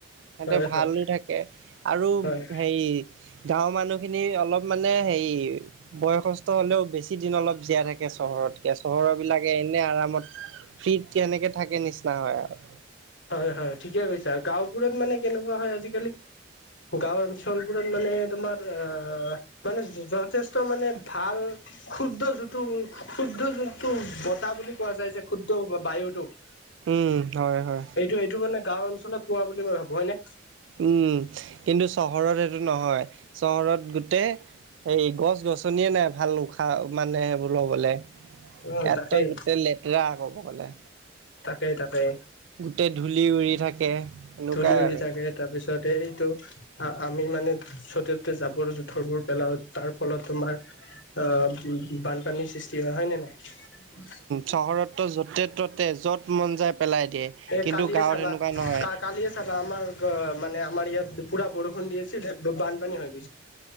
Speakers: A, on the right (about 80°); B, on the left (about 80°).
A: সিহঁতে
B: হয়
A: ভালো
B: হয়
A: থাকে, আৰু
B: হয়
A: হেৰি গাঁৱৰ মানুহখিনি অলপ মানে হেৰি বয়সস্থ হলেও বেছি দিন অলপ জীয়াই থাকে চহৰতকে, চহৰ বিলাকে এনে আৰামত ফ্ৰীট কেনেকে থাকে নিচিনা হয় আৰু।
B: হয়, হয়, ঠিকে কৈছা গাঁওবোৰত মানে কেনেকুৱা হয়, আজিকালি গাঁও অঞ্চলবোৰত মানে, তোমাৰ অ' মানে যথেষ্ট মানে ভাল শুদ্ধ জুঁটো শুদ্ধ জোনটো বতাহ বুলি কোৱা যায় যে শুদ্ধ বায়ুটোক।
A: উম, হয়, হয়।
B: এইটো এইটো মানে গাও অঞ্চলত পোৱা বুলি মই ভাবো হয় নে?
A: উম, কিন্তু চহৰত সেইটো নহয়, চহৰত গোটেই এই গছ গছনিয়ে নাই ভাল উশাহ মানে, বোল লবলে।
B: উম
A: ইয়াতটো
B: তাকেই
A: গোটেই লেতেৰা কব গ'লে।
B: তাকেই তাকেই।
A: গোটেই ধূলি উৰি থাকে। এনেকুৱাই
B: ধূলি উৰি
A: আৰু।
B: থাকে, তাৰপিছত এইটো আমি মানে জতে ততে যাবৰ যুথৰ বোৰ পেলাও। তাৰ ফলত তোমাৰ আহ বানপানীৰ সৃষ্টি হয়, হয়, নে নাই?
A: চহৰতটো য'তে ত'তে য'ত মন যাই পেলাই দিয়ে।
B: এ
A: কিন্তু
B: কালিয়ে
A: গাঁৱত
B: চাবা
A: সেনেকুৱা নহয়।
B: কা কালিয়ে চাবা আমাৰ মানে আমাৰ ইয়াত পুৰা বৰষুণ দি আছিল বানপানী হৈ গৈছে